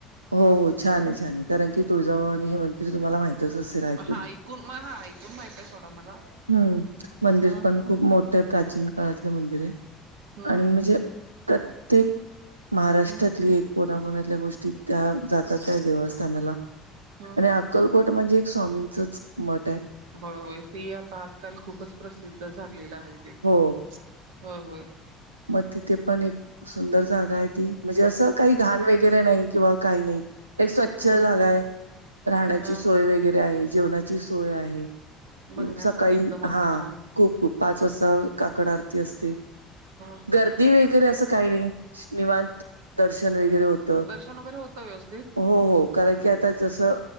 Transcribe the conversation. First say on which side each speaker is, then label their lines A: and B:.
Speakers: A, on the right; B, on the right.
A: हो हो छान आहे छान आहे, कारण की तुळजाभवानी हे मंदिर तुम्हाला माहितच असेल ऐकून.
B: हा मग हा ऐकून माहितेय थोडा मला.
A: हम्म मंदिर
B: ह
A: पण खूप मोठे आहे, प्राचीन काळातलं मंदिर आहे.
B: हम्म
A: आणि म्हणजे प्रत्येक महाराष्ट्रातली
B: हम्म.
A: कोणाकोणतल्या गोष्टी त्या जातात त्या देवस्थानाला
B: हम्म
A: आणि अक्कलकोट म्हणजे एक स्वामीचंच मठ आहे.
B: होय होय ते आता आजकाल खूपच प्रसिद्ध झालेलं आहे ते.
A: हो.
B: होय होय.
A: मग तिथे पण एक सुंदर जागा आहे ती म्हणजे असं काही घाण वगैरे नाही किंवा काही नाही. एक स्वच्छ
B: हम्म
A: जागा आहे, राहण्याची
B: हा
A: सोय वगैरे आहे. जेवणा ची सोय आहे.
B: बघण्यासाठी
A: सकाळी
B: एकदम असं
A: हा
B: छान
A: खूप खूप पाच
B: ह
A: वाजता काकड आरती असते.
B: हां.
A: गर्दी वगैरे असं काही नाही, निवांत दर्शन वगैरे होत हो
B: दर्शन वगैरे होतं व्यवस्थित
A: हो, कारण की आता जसं